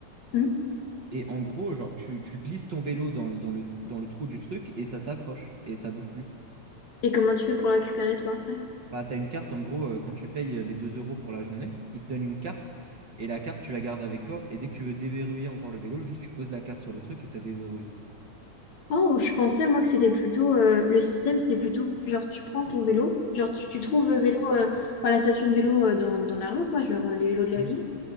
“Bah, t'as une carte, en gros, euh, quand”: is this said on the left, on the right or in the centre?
Right